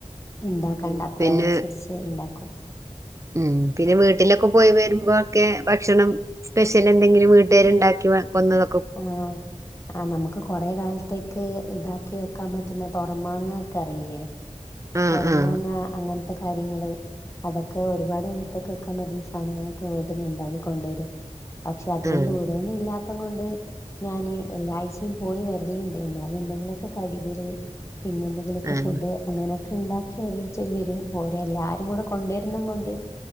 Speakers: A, on the left; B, on the right.
A: ഇണ്ടാക്കാണ്ട്
B: ആഹ്
A: അത്ര
B: പിന്നെ
A: അനുസരിച്ച്. ഏഹ് ഇണ്ടാക്കും.
B: ഉം പിന്നെ വീട്ടിലൊക്കെ പോയി വരുമ്പോക്കെ ഭക്ഷണം സ്പെഷ്യൽ എന്തെങ്കിലും വീട്ടേര് ഇണ്ടാക്കി വെക്കുന്നതും
A: ആഹ് ആഹ് നമുക്ക് കൊറേ കാൽത്തേക്ക് ഇതാക്കി വെക്കാൻ പറ്റ്ന്ന തൊറമാങ്ങ ഒക്കെ അറീലേ.
B: ആഹ്
A: തൊറമാങ്ങ
B: ആഹ്
A: അങ്ങൻത്തെ കാര്യങ്ങള് അതൊക്കെ ഒരുപാട് കാലത്തേക്ക് വെക്കാം പറ്റുന്ന സാധനങ്ങളൊക്കെ വീട്ട്ന്ന് ഇണ്ടാക്കി കൊണ്ടരും. പക്ഷെ അധികം
B: ആഹ്
A: ദൂരൊന്നും ഇല്ലാത്ത കൊണ്ട്. ഞാന് എല്ലാ ആഴ്ചിം പോയി വര്ല്ണ്ട് എന്നാലും എന്തെങ്കിലൊക്കെ കടികള് പിന്നെ എന്ത ലൊക്കെഫുഡ്
B: ആഹ്
A: അങ്ങനൊക്കെ ഇണ്ടാക്കി ഓരോരുത്തർ വരും ഓരോ എല്ലാരും കൂടെ കൊണ്ടോരുന്ന കൊണ്ട്.